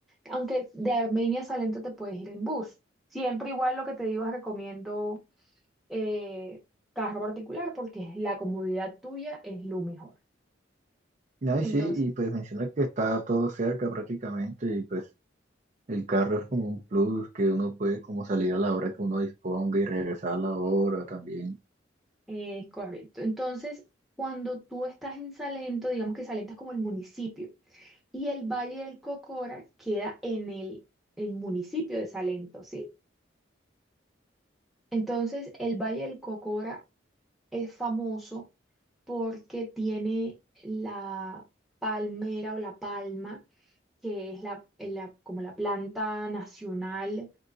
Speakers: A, in the centre; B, on the right.
A: aunque de Armenia a Salento te puedes ir en bus. Siempre igual lo que te digo, recomiendo eh, carro particular porque la comodidad tuya es lo mejor.
B: Ay,
A: Entonces,
B: sí, y pues menciona que está todo cerca prácticamente y pues el carro es como un plus que uno puede como salir a la hora que uno disponga y regresar a la hora también.
A: eh, es correcto. Entonces, cuando tú estás en Salento, digamos que Salento es como el municipio y el Valle del Cocora queda en el, el municipio de Salento, ¿sí? Entonces, el Valle del Cocora es famoso porque tiene la palmera o la palma, que es la, la- como la planta nacional